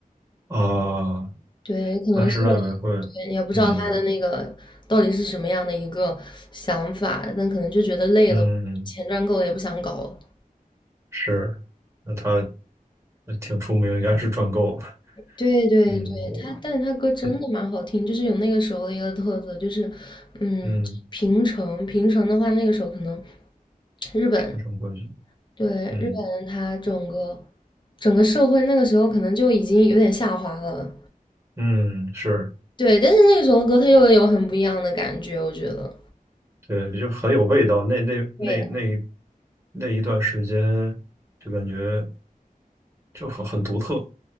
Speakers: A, on the right (about 20°); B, on the left (about 30°).
A: 哦，
B: 对，可能是，
A: 安室奈美惠，
B: 对，也不知道他的那个到底是什么样的一个想法，
A: 嗯
B: 但可能就觉得累了，
A: 嗯，
B: 钱赚够了也不想搞了。
A: 是，那他挺出名，应该是赚够了，
B: 对对对，
A: 嗯
B: 他，但是他歌真的蛮好听，
A: 嗯，
B: 就是有那个时候的一个特色，就是，嗯，
A: 嗯
B: 平成，平成的话，那个时候可能日本，
A: 平成歌曲，
B: 对，
A: 嗯
B: 日本它整个整个社会那个时候可能就已经有点下滑了，
A: 嗯，是，
B: 对，但是那个时候的歌它又有很不一样的感觉，我觉得。
A: 对，就很有味道，那那那那
B: 对。
A: 那一段时间，就感觉就很很独特，